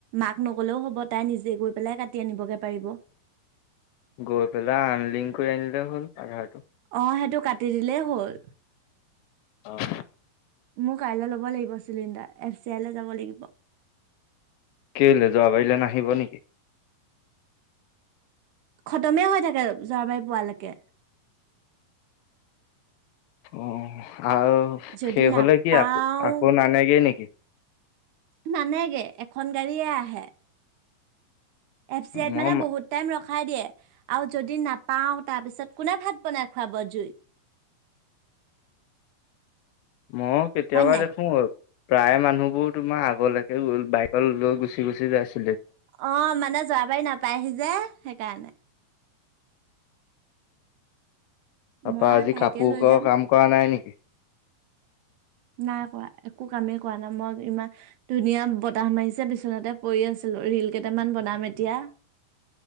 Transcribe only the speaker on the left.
গৈ পেলাই আনলিংক কৰি আনিলে হ'ল আধাৰটো
অহ
কেইলৈ যোৱাবাৰিলে নাহিব নেকি?
অ আৰু
শেষ
হলে কি আকৌ আকৌ নানেগে নেকি?
মই
মই কেতিয়াবা
দেখো বাৰু। প্ৰায় মানুহবোৰ তোমাৰ আগলৈকে বাইক লৈ গুচি গুচি যাইছে।
তাৰ
পৰা আজি
কাপোৰ
ক'
কাম কৰা নাই নেকি?